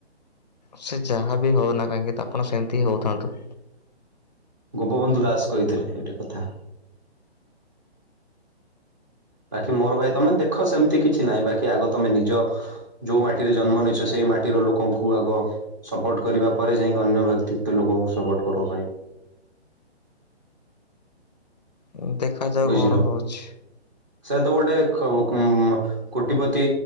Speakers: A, on the left; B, on the right.
A: ସେ ଯାହା ବିି ହୋଉନା କାହିଁକି ତ ଆପଣ ସେମିତି ହିଁ ହୋଉଥାନ୍ତୁ।
B: ଗୋପବନ୍ଧୁ ଦାସ କହିଥିଲେ ଏଇଟି କଥା। ବାକି ମୋର ଭାଇ ତମେ ଦେଖ ସେମତି କିଛି ନାହିଁ ବାକି ଆଗ ତମେ ନିଜ ଯୋଉ ମାଟିରେ ଜନ୍ମ ନେଇଛ ସେଇ ମାଟିର ଲୋକଙ୍କୁ ଆଗ ସପୋର୍ଟ କରିବା ପରେ ଯାଇକି ଅନ୍ୟ ବ୍ୟକ୍ତିତ୍ୱ ଲୋକଙ୍କୁ ସପୋର୍ଟ କର ଭାଇ।
A: ଉଁ ଦେଖାଯାଉ
B: ବୁଝିଲ।
A: କଣ ହୋଉଛି।
B: ସେ ତ ଗୋଟେ କବୁ କୁ ଉଁମା କୋଟିପତି